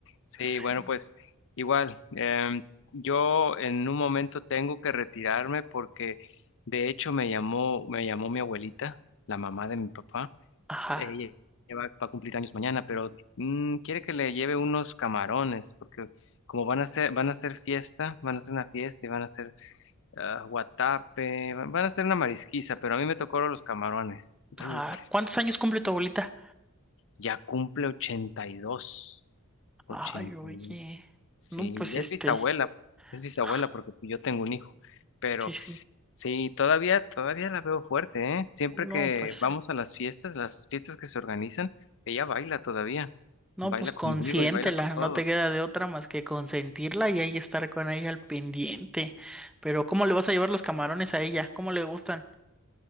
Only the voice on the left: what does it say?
Sí,
bueno, pues igual, em, yo en un momento tengo que retirarme porque de hecho me llamó, me llamó mi abuelita, la mamá de mi papá.
Ella ella va, va a cumplir años mañana, pero mm, quiere que le lleve unos camarones porque como van a hacer, van a hacer fiesta, van a hacer una fiesta y van a hacer ah, guatape, va- van a hacer una marisquiza, pero a mí me tocaron los camarones. Entonces,
ya cumple ochenta y dos, ochenta.
Sí,
ya
es bisabuela. Es bisabuela
porque yo tengo un hijo. Pero
sí, todavía, todavía la veo fuerte, ¿eh? Siempre que
vamos a las fiestas, las fiestas que se organizan, ella baila todavía.
Baila
conmigo
y baila con todo.